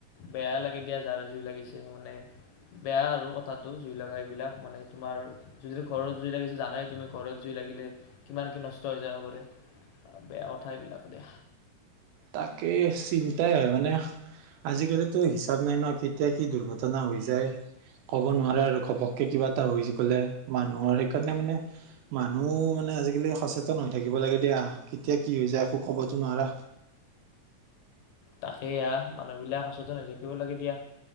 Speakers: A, on the left; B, on the right.
A: বেয় লাগে দিয়া যাৰে জুই লাগিছে মানে বেয়া আৰু কথাতটো জুই লগা এইবিলাক মানে তোমাৰ যদি ঘৰত জুই লাগিছে জানাই তুমি ঘৰত জুই লাগিলে কিমান কি নষ্ট হৈ যাব পাৰে। বেয়া কথা এইবিলাক দে।
B: তাকে চিন্তাই হয় মানে আজিকালিতো হিচাপ নাই ন কেতিয়া কি দুৰ্ঘটনা হৈ যায়। ক'ব নোৱাৰে আৰু ঘপককে কিবা এটা হৈ গ'লে মানুহৰ সেইকাৰণে মানে মানুহ মানে আজিকালি সচেতন হৈ থাকিব লাগে দিয়া কেতিয়া কি হৈ যায় একো কবতো নোৱাৰা।
A: তাকেইয়া মানুহবিলাক সচেতন হৈ থাকিব লাগে দিয়া।